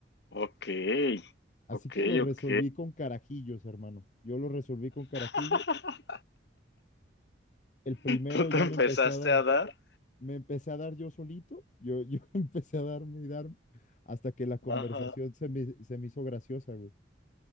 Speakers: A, on the left (about 60°); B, on the left (about 40°).
A: Ok,
B: así
A: ok,
B: que lo resolví
A: ok.
B: con carajillos, hermano. Yo lo resolví con carajillo.
A: <laughs>
B: El primero
A: ¿Tú te
B: ya
A: empezaste
B: me empezó a dar,
A: a dar?
B: me empecé a dar yo solito, yo, yo <laughs> empecé a darme y darme, hasta que la conversación
A: Ajá.
B: se me, se me hizo graciosa, güey.